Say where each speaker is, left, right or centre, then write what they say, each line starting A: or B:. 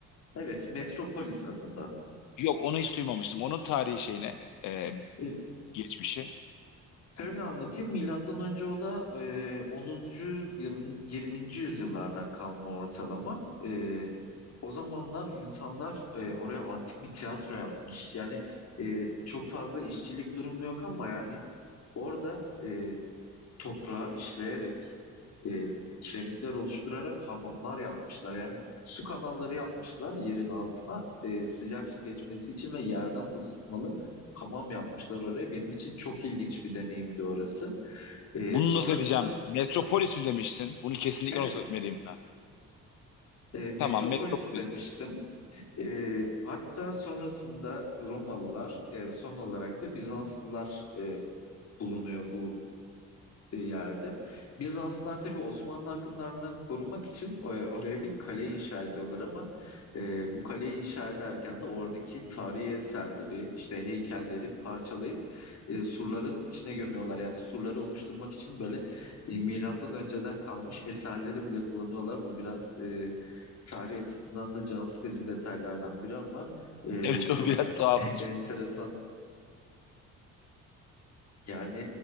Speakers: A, on the left; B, on the left.
A: Evet, Metropolis adında.
B: Yok onu hiç duymamıştım. Onun tarihi şeyine e,
A: E,
B: geçmişi.
A: Şöyle anlatayım. Milattan önce o da e, 10. 20. 20. yüzyıllardan kalma ortalama. E, o zamanlar insanlar e, oraya antik bir tiyatro yapmış. Yani e, çok fazla işçilik durumu yok ama yani orada e, toprağı işleyerek e, kiremitler oluşturarak hamamlar yapmışlar. Yani su kanalları yapmışlar yerin altına e, sıcak su geçmesi için ve yerden ısıtmalı hamam yapmışlar oraya. Benim için çok ilginç bir deneyimdi orası. E,
B: Bunu
A: sonrasında
B: not edeceğim. Metropolis mi demiştin? Bunu kesinlikle
A: evet
B: not etmeliyim ben.
A: e, Metropolis
B: Tamam Metropolis.
A: demiştim.
B: <laughs>
A: E, hatta sonrasında Romalılar e, son olarak da Bizanslılar e, bulunuyor bu e, yerde. Bizanslılar tabii Osmanlı akınlarından korumak için e, oraya bir kale inşa ediyorlar ama e, bu kaleyi inşa ederken de oradaki tarihi eserleri, işte heykelleri parçalayıp e, surların içine gömüyorlar. Yani surları oluşturmak için böyle e, milattan önceden kalmış eserleri bile kullanıyorlar. Bu biraz e, tarih açısından da can sıkıcı detaylardan biri ama e,
B: Evet
A: çok
B: o biraz tuhafmış.
A: <laughs> enteresan yani